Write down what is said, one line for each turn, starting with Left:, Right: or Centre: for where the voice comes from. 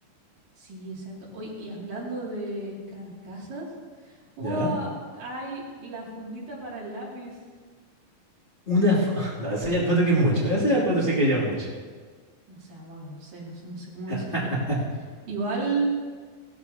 Right: Sí, exacto. Hoy, y hablando de carcasas, ¡guau!
Left: ¿Ya?
Right: hay la fundita para el lápiz.
Left: Una... fo- <laughs> No, eso ya encuentro que es mucho, eso ya encuentro sí que ya es mucho.
Right: No sé, amor, no sé, no sé, no sé cómo
Left: <laughs>
Right: decirte. Igual,